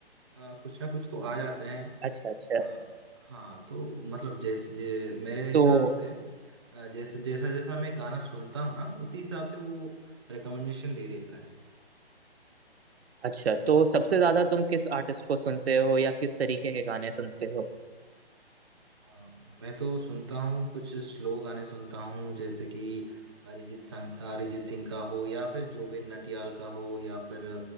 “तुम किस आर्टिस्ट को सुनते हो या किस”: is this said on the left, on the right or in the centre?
Right